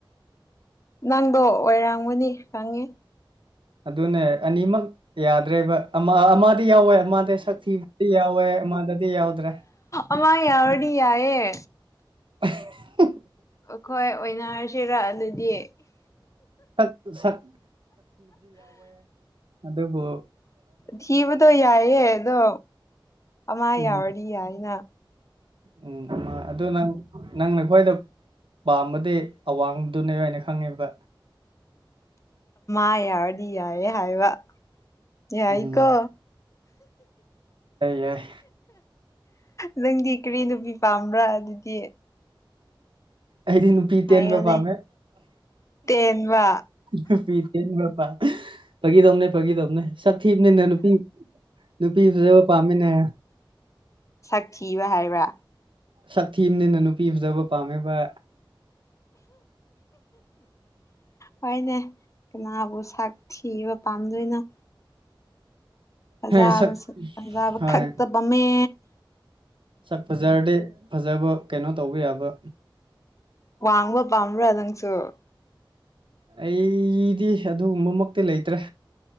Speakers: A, on the left; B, on the right.
A: ꯅꯪꯗꯣ ꯑꯣꯢꯔꯝꯒꯅꯤ ꯈꯪꯉꯦ
B: ꯑꯗꯨꯅꯦ ꯑꯅꯤꯃꯛ ꯌꯥꯗ꯭ꯔꯦꯕ ꯑꯃ ꯑꯃ ꯗꯤ ꯌꯥꯎꯋꯦ ꯃꯥꯗꯤ ꯁꯛꯊꯤꯕꯗꯤ ꯌꯥꯎꯋꯦ ꯃꯥꯥꯗꯗꯤ ꯌꯥꯎꯗ꯭ꯔꯦ
A: ꯑꯃ ꯌꯥꯔꯗꯤ ꯌꯥꯏꯌꯦ
B: ꯑ
A: ꯑꯩꯈꯣꯏ ꯑꯣꯏꯅꯔꯁꯤꯔ ꯑꯗꯨꯗꯤ
B: ꯁꯛ ꯁꯛ ꯑꯗꯕꯣ
A: ꯊꯤꯕꯗꯣ ꯌꯥꯏꯑꯦ ꯑꯗꯣ ꯑꯃ
B: ꯎꯝ
A: ꯌꯥꯎꯔꯗꯤ ꯌꯥꯏꯅ
B: ꯎꯝ ꯑꯗꯨꯗ ꯅꯪ ꯅꯪꯅ ꯈ꯭ꯋꯥꯏꯗ ꯄꯥꯝꯕꯗꯤ ꯑꯋꯥꯡꯕꯗꯨꯅꯦ ꯍꯥꯏꯅ ꯈꯪꯉꯦꯕ
A: ꯑ ꯌꯥꯔꯗꯤ ꯌꯥꯏꯌꯦ ꯍꯥꯏꯕ ꯌꯥꯏꯀꯣ
B: ꯎꯝ ꯌꯥꯏ
A: ꯅꯪꯗꯤ ꯀꯔꯤ ꯅꯨꯄꯤ ꯄꯥꯝꯕ꯭ꯔꯥ ꯑꯗꯨꯗꯤ
B: ꯑꯩꯗꯤ ꯅꯨꯄꯤ
A: ꯍꯥꯏꯌꯣꯅꯦ
B: ꯇꯦꯟꯕ ꯄꯥꯝꯃꯦ
A: ꯇꯦꯟꯕ
B: ꯅꯨꯄꯤ ꯇꯦꯟꯕ ꯄꯥꯝꯃꯦ ꯐꯒꯤ ꯇꯝꯅꯦ ꯐꯒꯤ ꯇꯝꯅꯦ ꯁ ꯊꯤꯕꯅꯤꯅ ꯅꯨꯄꯤ ꯅꯨꯄꯤ ꯐꯖꯕ ꯄꯥꯝꯃꯤꯅꯦ
A: ꯁꯛ ꯊꯤꯕ ꯍꯥꯏꯕ꯭ꯔꯥ
B: ꯁꯛꯊꯤꯝꯅꯦ ꯅꯅꯨꯄꯤꯤꯖꯕ ꯄꯥꯝꯃꯦꯕ
A: ꯍꯣꯏꯅꯦ ꯀꯩꯅꯕꯨ ꯁꯛ ꯊꯤꯕꯥ ꯄꯥꯝꯗꫭꯏꯅꫭ ꯐꯖꯕ
B: ꯍꯦ ꯁꯛ
A: ꯐꯖꯥꯕ
B: ꯍꯣꯏ
A: ꯈꯛꯇꯕꯃꯦ
B: ꯁꯛ ꯐꯖꯔꯗꯤ ꯐꯖꯕ ꯀꯩꯅꯣ ꯇꯧꯕ ꯌꯥꯕ
A: ꯋꯥꯡꯕ ꯄꯥꯝꯕ꯭ꯔꯗꯥꯡꯁꯨꯣ
B: ꯑꯩꯗꯤ ꯑꯗꯨꯒꯨꯝꯕꯃꯛꯇꯤ ꯂꯩꯇ꯭ꯔꯦ